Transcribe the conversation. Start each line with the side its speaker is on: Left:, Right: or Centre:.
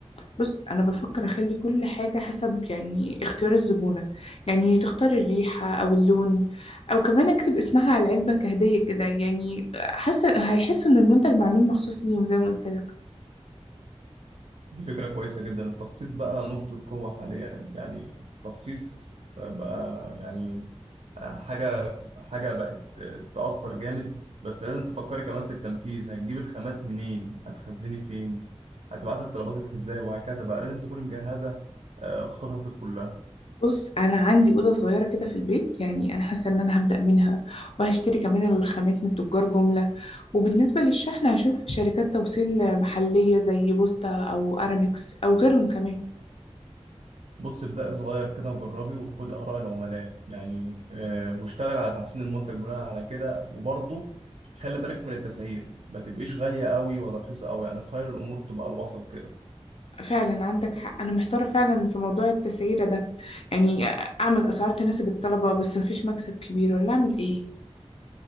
Left: بص انا بفكر اخلي كل حاجه حسب يعني اختيار الزبونه يعني تختار الريحه او اللون او كمان اكتب اسمها على العلبه كهديه كده يعني حاسه هيحسوا ان المنتج معمول مخصوص ليهم زي ما قلت لك
Right: دي فكرة كويسة جدا التخصيص بقى نقطة قوة حاليا يعني التخصيص بقى يعني حاجة حاجة بقت تأثر جامد بس لازم تفكري كمان في التنفيذ هتجيب الخامات منين هتخزني فين هتبعت الطلبات ازاي وهكذا بقى لازم تكوني مجهزة آه، خططك كلها
Left: بص انا عندي اوضه صغيره كده في البيت يعني انا حاسه ان انا هبدا منها وهشتري كمان الخامات من تجار جمله وبالنسبه للشحن هشوف شركات توصيل محليه زي بوستا او ارامكس او غيرهم كمان
Right: بص ابدأ صغير كده وجربي وخدي آراء العملاء يعني آه واشتغل على تحسين المنتج بناء على كده وبرضه خلي بالك من التسعير ما تبقيش غالية قوي ولا رخيصة قوي يعني خير الأمور تبقى الوسط كده
Left: فعلا عندك حق أنا محتارة فعلا في موضوع التسعيرة ده يعني أعمل أسعار تناسب الطلبة بس مفيش مكسب كبير ولا أعمل إيه